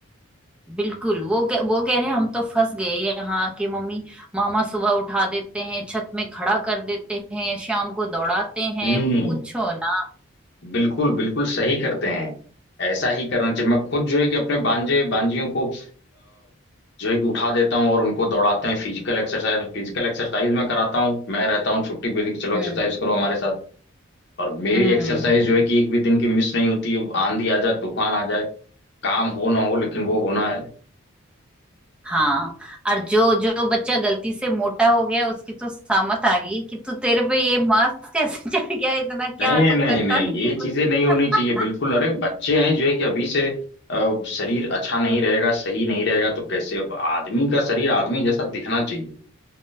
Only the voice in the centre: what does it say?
बिल्कुल वो कह, वो कह रहे हैं हम तो फंस गए यहाँ के मम्मी मामा सुबह उठा देते हैं छत में खड़ा कर देते हैं शाम को दौड़ाते हैं
पूछो ना
हम्म
हम्म
हाँ और जो जो बच्चा गलती से मोटा हो गया उसकी तो सामत आ गई कि तू तेरे पे ये मास्क कैसे <laughs> चढ़ गया इतना क्या
तू
करता
नहीं
है कुछ
<laughs>